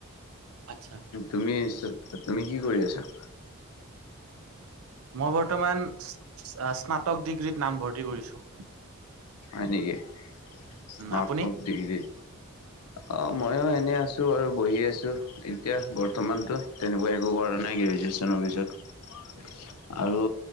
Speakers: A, on the right (about 70°); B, on the left (about 85°).
A: আচ্ছা
B: তুমি তুমি কি কৰি আছা?
A: মই বৰ্তমান স্নাতক ডিগ্ৰীত নামভৰ্তি কৰিছোঁ।
B: হয়নিকি, স্নাতক
A: আপুনি
B: ডিগ্ৰী।
A: <inaudible>
B: অ মইও এনে আছোঁ আৰু বহি আছোঁ এতিয়া বৰ্তমানতো তেনেকুৱা একো কৰা নাই কি। ৱেচনৰ পিছত।
A: <inaudible>
B: আৰু